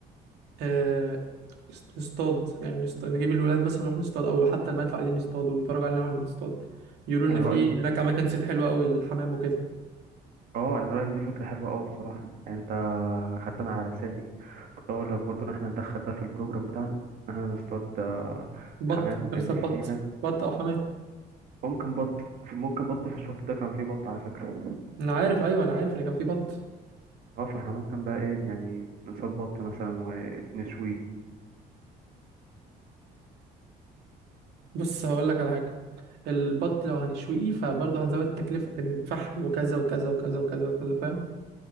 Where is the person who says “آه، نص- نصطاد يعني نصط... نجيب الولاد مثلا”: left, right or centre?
Right